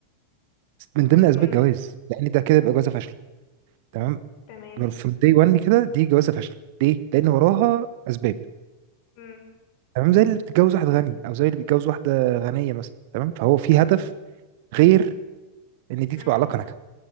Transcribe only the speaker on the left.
امم
تمام
امم
امم